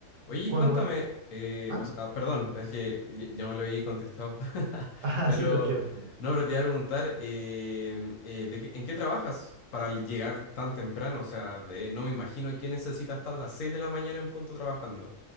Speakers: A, on the left; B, on the right.
A: Oye, y
B: Cuando
A: cuéntame,
B: me...
A: eh,
B: ¿Ah?
A: o sea,
B: <laughs>
A: perdón, es que ya ya me lo había contestado, <laughs>
B: Ah,
A: pero
B: sí, tranquilo, tranquilo.
A: no, pero te iba a preguntar, eh, eh, ¿de qué- en qué trabajas para llegar tan temprano? O sea, eh, no me imagino que necesitas estar a las seis de la mañana en punto trabajando.